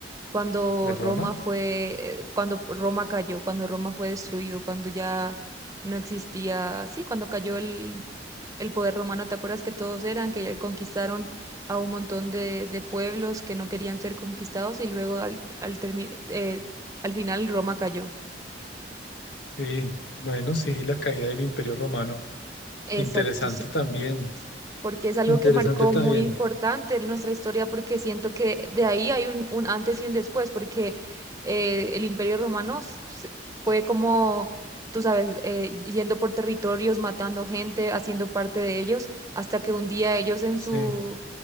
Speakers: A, on the right; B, on the left.
A: cuando
B: es Roma.
A: Roma fue, eh, cuando Roma cayó, cuando Roma fue destruido, cuando ya no existía, sí, cuando cayó el, el poder romano, ¿te acuerdas que todos eran, que ya conquistaron a un montón de, de pueblos que no querían ser conquistados y luego al, al, termi- eh, al final Roma cayó?
B: Sí, bueno, sí, la caída del Imperio Romano.
A: Exacto,
B: Interesante
A: sí.
B: también,
A: porque es algo
B: interesante
A: que marcó
B: también.
A: muy importante en nuestra historia, porque siento que de ahí hay un, un antes y un después, porque eh, el Imperio Romano s- s- fue como, tú sabes, eh, yendo por territorios, matando gente, haciendo parte de ellos, hasta que un día ellos en
B: Sí,
A: su,